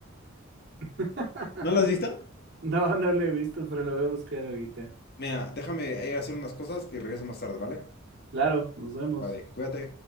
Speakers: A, on the right; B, on the left.
A: <laughs>
B: ¿No lo has visto?
A: No, no lo he visto, pero lo voy a buscar ahorita.
B: Mira, déjame ir a hacer unas cosas y regreso más tarde, ¿vale?
A: Claro, nos vemos.
B: Vale, cuídate.